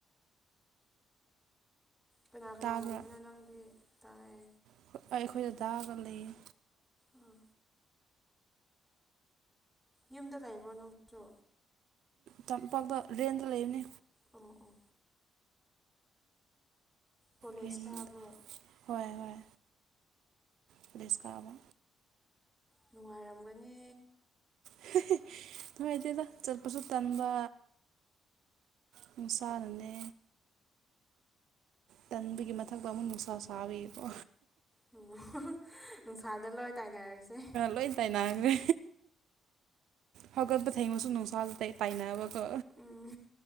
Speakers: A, in the centre; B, on the right (about 80°).
A: ꯀꯅꯥ ꯀꯅꯥ
B: ꯇꯥꯕ꯭ꯔꯥ
A: ꯂꯩꯕꯅꯣ ꯅꯪꯗꯤ ꯇꯥꯏ
B: ꯑꯩ ꯑꯩꯈꯣꯏ ꯗꯥꯗꯥꯒ ꯂꯩꯌꯦ
A: ꯑꯥ ꯌꯨꯝꯗ ꯂꯩꯕ꯭ꯔꯣ ꯅꯪꯁꯨ
B: ꯇꯝꯄꯥꯛꯇꯥ ꯔꯦꯟꯗ ꯂꯩꯕꯅꯦ
A: ꯑꯣ ꯑꯣ ꯀꯣꯂꯦꯖ
B: ꯔꯦꯟꯗ
A: ꯀꯥꯕ꯭ꯔꯣ
B: ꯍꯣꯏ ꯍꯣꯏ ꯀꯣꯂꯦꯁ ꯀꯥꯕ
A: ꯅꯨꯡꯉꯥꯏꯔꯝꯒꯅꯤ
B: <unintelligible> ꯅꯨꯡꯉꯥꯏꯇꯦꯗ ꯆꯠꯄꯁꯨ ꯇꯟꯕ ꯅꯨꯡꯁꯥꯅꯅꯦ ꯇꯟꯕꯒꯤ ꯃꯊꯛꯇ ꯑꯃꯨꯛ ꯅꯨꯡꯁꯥ ꯁꯥꯕꯒꯤꯀꯣ
A: ꯑꯣ ꯅꯨꯡꯁꯥꯗ ꯂꯣꯏ ꯇꯥꯏꯅꯔꯁꯦ
B: ꯂꯣꯏ ꯇꯥꯏꯅꯈ꯭ꯔꯦ ꯍꯧꯒꯠꯄ ꯊꯦꯡꯕꯁꯨ ꯅꯨꯡꯁꯥ ꯇꯩ ꯇꯥꯏꯅꯕꯀꯣ
A: ꯎꯝ